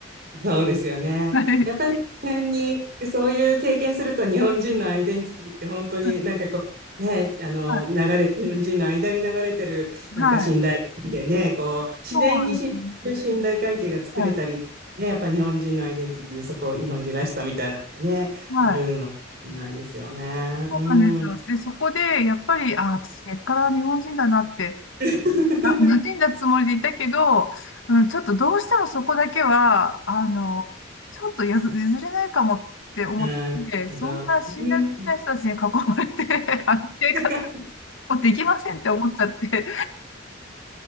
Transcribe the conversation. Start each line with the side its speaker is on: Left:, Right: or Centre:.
Right: そうですよね。
Left: <laughs> はい。
Right: やっぱり、この辺に、そういう経験すると日本人のアイデンティティって本当になんかこう、
Left: <laughs>
Right: ね、あの、
Left: は
Right: 流れ、日本人の間に流れてる、
Left: い。
Right: なんか信頼関係ね、
Left: はい。
Right: こう、自然に信信頼関係が作れたりって、
Left: そうですね。はい。
Right: ね、やっぱ日本人のアイデンティティ、そこ、日本人らしさみたいなのがね、
Left: はい。
Right: あるのかもしれないですよね。
Left: そうなんですよ。
Right: うん。
Left: で、そこで、やっぱり、あ、私、根っから日本人だなって、
Right: <laughs>
Left: な、馴染んだつもりでいたけど、うん、ちょっとどうしてもそこだけは、あの、ちょっとやず譲れないかもって思って、
Right: なるほど。
Left: そんな信頼できない人たちに囲まれて、
Right: うん。
Left: <laughs> あの、生活
Right: <laughs>
Left: もできませんって思っちゃって